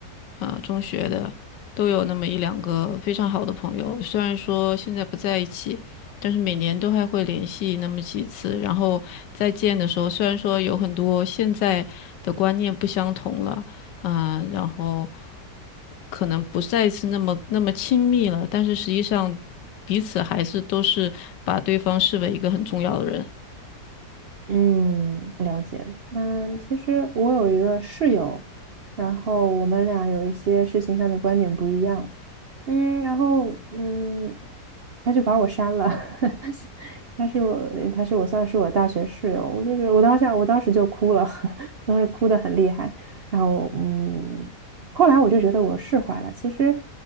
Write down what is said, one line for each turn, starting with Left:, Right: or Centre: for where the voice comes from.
Left: 啊、中学的，都有那么一两个非常好的朋友，虽然说现在不在一起。但是每年都还会联系那么几次，然后再见的时候，虽然说有很多现在的观念不相同了，啊、然后可能不再是那么那么亲密了，但是实际上彼此还是都是把对方视为一个很重要的人。
Right: 嗯，了解。嗯，其实我有一个室友，然后我们俩有一些事情上的观点不一样。嗯，然后嗯，他就把我删了。<laughs> 他是我，他是我算是我大学室友，我就觉得我当下我当时就哭了，<laughs> 当时哭得很厉害。然后嗯，后来我就觉得我释怀了。其实